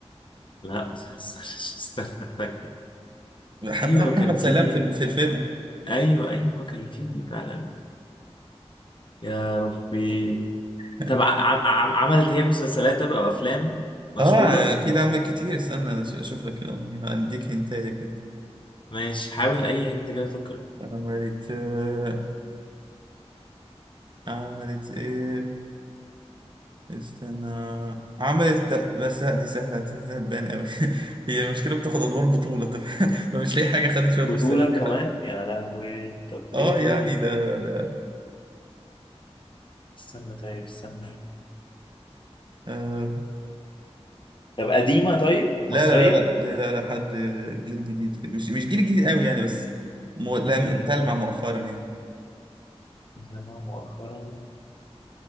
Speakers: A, on the left; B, on the right.
A: لا ما تخسرش <laughs> استنى فاكر
B: حبها
A: ايوه
B: محمد
A: كان في
B: سلام في الم... في الفيلم
A: ايوه ايوه كان في فعلا يا ربي
B: <laughs>
A: طب ع- ع- عملت هي مسلسلات او افلام مشهوره
B: اه اكيد عمل كتير استنى أش- اشوف لك يعني هنديك هنتايه كده
A: ماشي حاول اي انت كده فكر كده
B: عملت آه، عملت ايه استنى عملت لا بس لا دي سهله هت- هتبان قوي <laughs> هي المشكله بتاخد ادوار بطوله طب <laughs> فمش لاقي حاجه خدت فيها
A: بطوله
B: دور سلام
A: كمان يا لهوي طب
B: اه
A: ايه طيب
B: يعني ده ده
A: استنى طيب استنى
B: آه
A: طب قديمه طيب
B: لا
A: مصريه
B: لا لا لا ده لا لا حد جيل جديد كده مش مش جيل جديد قوي يعني بس مو... لا
A: امم
B: بتلمع مؤخرا يعني
A: متابعة مؤخرا